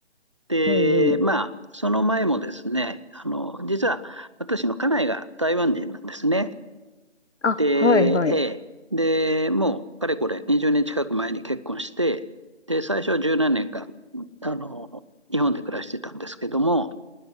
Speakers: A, on the right; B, on the left.
A: で、
B: うんうん。
A: まあ、その前もですね、あの、実は私の家内が台湾人なんですね。
B: あ、
A: で、えーで、
B: はいはい。
A: もう、かれこれ、20年近く前に結婚して、で、最初は十何年か、あの、日本で暮らしてたんですけども、